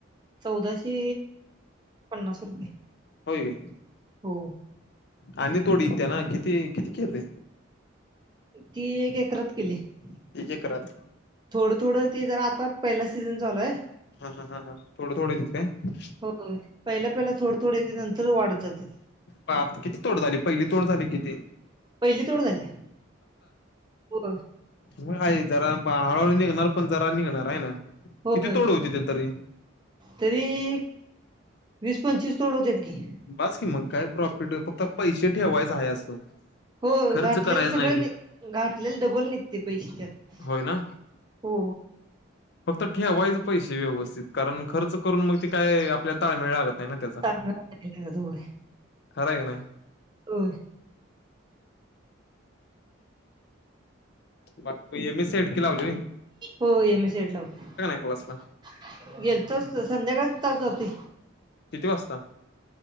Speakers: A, on the right; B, on the left.
A: चौदाशे पन्नास रुपये.
B: होेय काय?
A: हो.
B: आणि थोडी इत्या ना, किती किती केलयं?
A: ती एक एकरात केलीयं.
B: एक एकरात.
A: थोडं थोडं ते जरा आता, पहिला सीझन चालू हाय.
B: हा हा हा हा, थोडं थोडं येत्यात काय?
A: होय, पहिला पहिला थोडं थोडं येतंय, नंतर वाढत जातंय.
B: बाप! किती तोड झाली? पहिली तोड झाली किती?
A: पहिली तोड झाली. होय.
B: म हाय जरा हळूहळू निघणार, पण जरा निघणार हाय ना?
A: होय
B: किती तोड होती ती तरी?
A: तरी, वीस पंचवीस तोड होत्यात की.
B: बास की मग काय प्रॉफिट, फक्त पैसे ठेवायचं हाय असं.
A: हो
B: खर्च
A: घातलेलं
B: करायच
A: सगळं
B: नाही ते
A: नी, घातलेलं डबल निघतय पैसे त्यात.
B: होय ना?
A: हो
B: फक्त ठेवायचं पैसे व्यवस्थित, कारण खर्च करून मग ते काय आपल्या ताळमेळ लागत - नाही ना त्याचा?
A: तांदळाला होय
B: खरंय काय नाही.
A: होय.
B: बाकि M. S. C. I. T की लावलेली.
A: होय M. S. C. I. T. लावलीय.
B: क्लासला
A: गेलतो. स संध्याकाळचं तास जातोय.
B: किती वाजता?